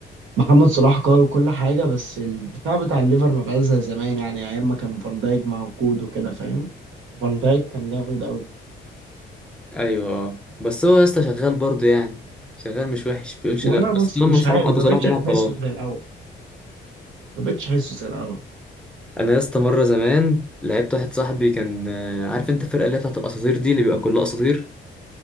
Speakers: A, on the right (about 80°); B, in the centre.
A: محمد صلاح قوي وكل حاجه بس الدفاع بتاع الليفر ما بقاش زي زمان يعني ايام ما كان فان دايك موجود وكده فاهم فان دايك كان جامد
B: ايوه آه. بس هو يا اسطى شغال برضه يعني شغال مش وحش بيقولش
A: والله
B: لا
A: بص
B: بس طالما
A: مش
B: صلاح
A: عارف
B: ابو
A: ما
B: صلاح
A: بقتش
B: بيلعب
A: احسه
B: خلاص
A: زي الاول ما بقتش احسه زي الاول
B: انا يا اسطى مره زمان لعبت واحد صاحبي كان آه، عارف انت الفرقه اللي هي بتاعت الاساطير دي اللي بيبقى كلها اساطير